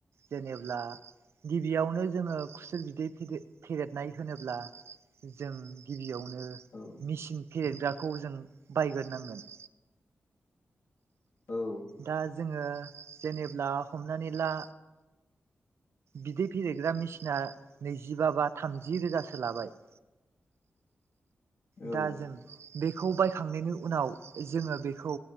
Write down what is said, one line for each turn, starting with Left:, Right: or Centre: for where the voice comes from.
Right: जेने बा गिबियावनो जोङो खुसेर बिदै फिदे फेदेरनाय होनोब्ला जों गिबियाव नो
Left: औ
Right: मिचिन फेरेथग्राखौ जों बायग्रोनांगोन।
Left: औ
Right: दा जोङो जेनेब्ला हमनानै ला बिदै फेरेदग्रा मिचिनआ नैजिबा बा थामजि रोजासो लाबाय। <inaudible>
Left: औ
Right: दा जों बेखौ बायखांनायनि उनाव जोङो बेखौ